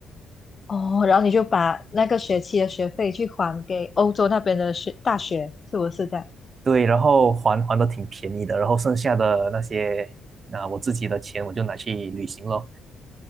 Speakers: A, on the left; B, on the right.
A: 哦，然后你就把那个学期的学费去还给欧洲那边的学大学，是不是这样？
B: 对，然后还还的挺便宜的，然后剩下的那些啊我自己的钱我就拿去旅行咯。